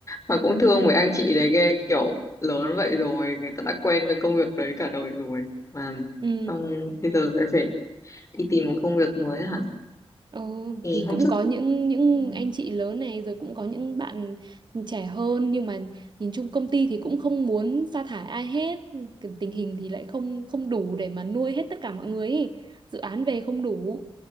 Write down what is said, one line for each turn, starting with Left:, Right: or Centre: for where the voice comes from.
Left: mà cũng thương mấy anh chị đấy ghê kiểu lớn vậy rồi người ta đã quen cái công việc đấy cả đời rồi mà
Right: Ừ.
Left: xong bây giờ lại phải đi tìm một công việc mới hả
Right: Ừ,
Left: thì
Right: thì
Left: không
Right: cũng
Left: sức
Right: có những những
Left: Ừ,
Right: anh chị lớn này rồi cũng có những bạn trẻ hơn nhưng mà nhìn chung công ty thì cũng không muốn sa thải ai hết Cái tình hình thì lại không không đủ để mà nuôi hết tất cả mọi người ý. Dự án về không đủ